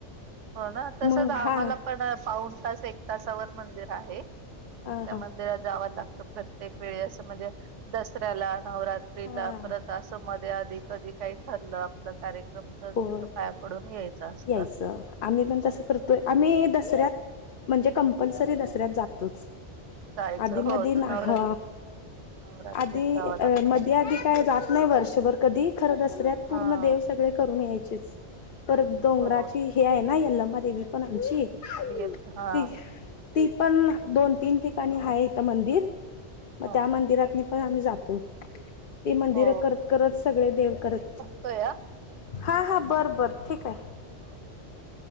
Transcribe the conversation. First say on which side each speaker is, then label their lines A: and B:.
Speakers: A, on the right; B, on the left.
A: हो ना तसच
B: मग
A: आम्हाला
B: हा
A: पण पाऊन तास एक तासावर मंदिर आहे.
B: हा
A: त्या
B: हा
A: मंदिरात जाव लागतं प्रत्येक वेळेसं म्हणजे दसऱ्याला नवरात्रीला
B: हा
A: परत असं मध्ये अधी, कधी काही ठरलं आपलं कार्य जमतं
B: होय
A: तिथं पाया पडून यायचं असतं.
B: यायचं आम्ही पण तसं करतोय आम्ही दसऱ्यात म्हणजे कंपल्सरी दसऱ्यात जातोच.
A: जायचं
B: आधी
A: हो
B: मधी ना,
A: तर नवरात्रीत
B: ह.
A: नवरात्रीत
B: आधी
A: जावं
B: अ
A: लागतं
B: मधी-आधी काय जात नाही वर्ष कधी खर दसऱ्यात पूर्ण
A: हा
B: देव सगळे करून यायचीच, परत डोंगराची
A: हो
B: हे आहे ना, यल्लमादेवी पण आमची,
A: येत हा
B: ती ती पण दोन -तीन ठिकाणी हाय इथं मंदिर, मग
A: ह
B: त्या मंदिरात मी पण आम्ही जातो, ती मदिरं
A: हो
B: करत- करत सगळे देव करत
A: हो या?
B: हा, हा बरं, बरं ठीक हाय.
A: <unintelligible>